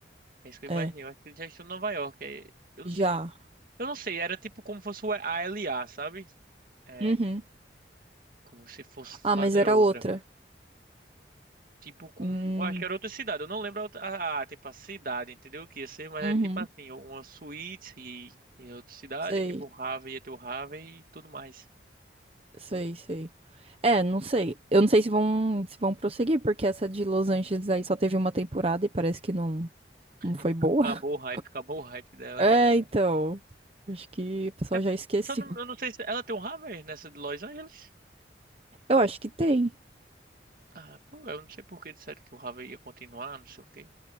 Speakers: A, on the right; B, on the right.
A: É isso que eu
B: É,
A: imaginei. Eu acho que eles já estão em Nova York. é, Eu não
B: já.
A: sei se. Eu não sei, era tipo como fosse o- a LA, sabe? É,
B: Uhum.
A: como se fosse
B: Ah,
A: fazer
B: mas era
A: outra.
B: outra.
A: Tipo, com.
B: Hum,
A: Eu acho que era outra cidade. Eu não lembro a, outra- a- a, tipo, a cidade, entendeu? O que ia ser, mas
B: uhum,
A: é tipo assim, uma suíte e, e outra cidade,
B: sei,
A: tipo, o Harvey ia ter o Harvey e tudo mais.
B: sei, sei. É, não sei. Eu não sei se vão, se vão prosseguir, porque essa de Los Angeles aí só teve uma temporada e parece que não,
A: <laughs>
B: não foi boa.
A: Acabou
B: <laughs>
A: o hype, acabou o hype dela.
B: É, então. Acho que o pessoal
A: É,
B: já esqueceu.
A: só não- eu não sei se. Ela tem um Harvey nessa de Los Angeles?
B: Eu acho que tem.
A: Ah, pô, eu não sei por que disseram que o Harvey ia continuar, não sei o quê.